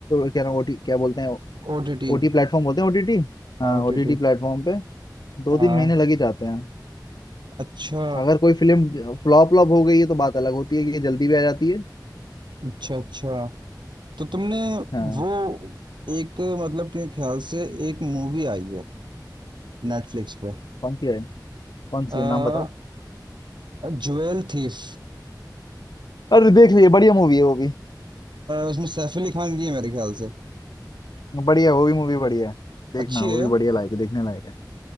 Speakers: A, on the left (about 65°); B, on the right (about 80°).
A: क्या नाम ओटी क्या बोलते हैं
B: ओटीटी
A: ओटी प्लेटफॉर्म बोलते हैं ओटीटी
B: हाँ
A: हाँ
B: ओटीटी
A: ओटीटी प्लेटफॉर्म पे दो
B: हाँ
A: तीन महीने लग ही जाते हैं
B: अच्छा
A: अगर कोई फिल्म फ्लॉप फ्लॉप हो गई है तो बात अलग होती है कि ये जल्दी भी आ जाती है
B: अच्छा अच्छा तो तुमने
A: हाँ
B: वो एक मतलब के ख्याल से एक मूवी आई है नेटफ्लिक्स पे
A: कौन सी है कौन
B: आ,
A: सी है नाम बताओ
B: ज्वेल थीफ
A: अरे देख लिए बढ़िया मूवी है वो भी
B: उसमें सैफ अली खान की है मेरे ख्याल से
A: बढ़िया वो भी मूवी बढ़िया है देखना
B: अच्छी
A: वो
B: है
A: भी बढ़िया लायक है देखने लायक है